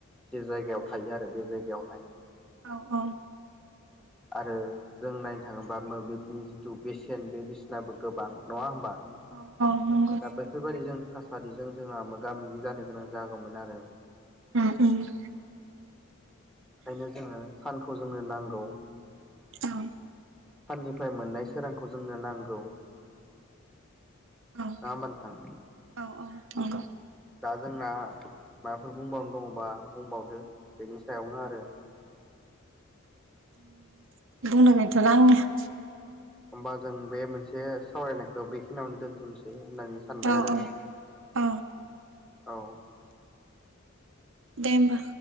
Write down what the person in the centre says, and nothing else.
जि जायगायाव थायो आरो, बे जायगायावहाय।
आरो जों नायनो थाङोबा मोब्लिबनि जिथु बेसेन बे बेसेनाबो गोबां। नङा होमबा?
दा बेफोरबायदि जों थासारिजों जोंहा मोगा मोगि जानो गोनां जागौमोन आरो।
ओंखायनो जोङो सानखौ जोंनो नांगौ।
साननिफ्राय मोननाय सोरांखौ जोंनो नांगौ।
नङा होमबा नोंथां
दा जोंना माबाफोर बुंबावनो दङबा बुंबावदो। बेनि सायावनो आरो।
होमबा जों बे मोनसे सावरायनायखौ बेखिनियावनो दोनथ'नोसै होननानै सानबाय
आरो
आं।
औ।